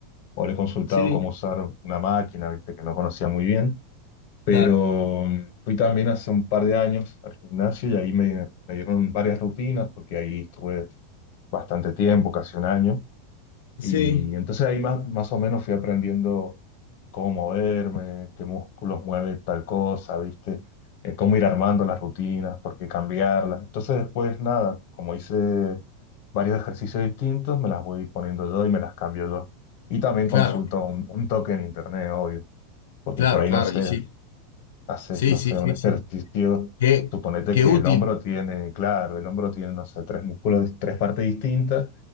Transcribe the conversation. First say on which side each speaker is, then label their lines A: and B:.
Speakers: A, on the left; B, on the left.
A: o le he consultado
B: Sí,
A: cómo usar una máquina, viste, que no conocía muy bien. Pero
B: claro,
A: mm, fui también hace un par de años al gimnasio y ahí me, me dieron varias rutinas porque ahí estuve bastante tiempo, casi un año.
B: sí,
A: Y entonces ahí más, más o menos fui aprendiendo cómo moverme, qué músculos mueve tal cosa, ¿viste? Eh, cómo ir armando las rutinas, por qué cambiarlas. Entonces después nada, como hice varios ejercicios distintos, me las voy poniendo yo y me las cambio yo. Y también consulto
B: claro,
A: un, un toque en internet, obvio, porque
B: claro,
A: por ahí
B: claro,
A: no sé
B: y sí,
A: haces,
B: sí,
A: no
B: sí,
A: sé,
B: sí,
A: un ejercicio,
B: sí. Qué,
A: suponete
B: qué
A: que
B: útil,
A: el hombro tiene, claro, el hombro tiene, no sé, tres músculos, tres partes distintas